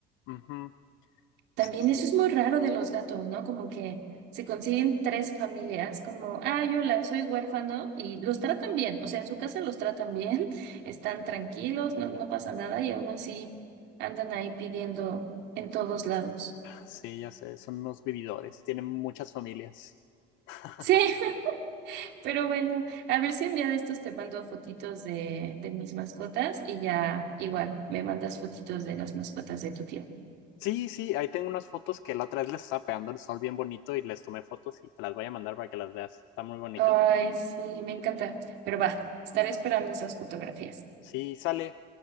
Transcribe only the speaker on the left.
Ujú.
Sí, sí.
Sí, ya sé, son unos vividores, tienen muchas familias. <laughs>
Sí, sí, ahí tengo unas fotos que la otra vez les estaba pegando el sol bien bonito y les tomé fotos y te las voy a mandar para que las veas. Están muy bonitas.
Sí, sale.